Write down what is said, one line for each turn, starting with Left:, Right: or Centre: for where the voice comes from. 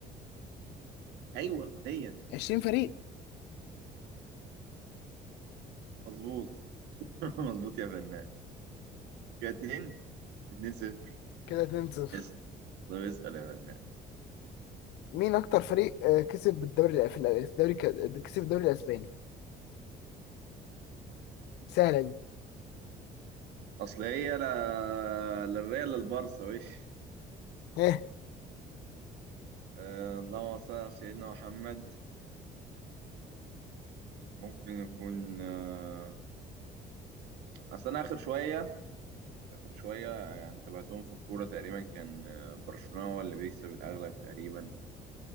Right: ايوه هي
Left: 20 فريق
Right: مظبوط <laughs> مظبوط يا فنان كده اتنين اتنين صفر
Left: كده 2-0
Right: اسأل طب اسأل يا فنان
Left: مين اكتر فريق آه، كسب بالدوري الأ- في الأ- الدوري ك- كسب الدوري الاسباني سهلة دي
Right: أصل هي لا لا الريال لا البارسا وش
Left: ها
Right: آه اللهم صل على سيدنا محمد ممكن يكون آه أصل أنا آخر شوية آخر شوية يعني تابعتهم في الكورة تقريبا كان آه برشلونة هو اللي بيكسب الأغلب تقريبا